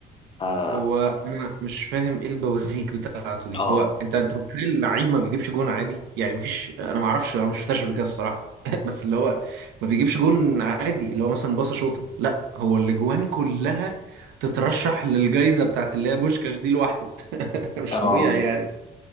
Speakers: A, on the left (about 30°); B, on the right (about 85°).
A: اه
B: هو انا مش فاهم ايه البوازيك بتاعته دي
A: اه
B: هو انت انت متخيل اللعيب ما بيجيبش جون عادي يعني مفيش انا ما اعرفش انا ما شفتهاش قبل كده الصراحه <laughs> بس اللي هو ما بيجيبش جون عادي اللي هو مثلا باصه شوطه لا هو الاجوان كلها تترشح للجائزه بتاعت اللي هي بوشكاش دي لوحده <laughs> مش
A: آه،
B: طبيعي يعني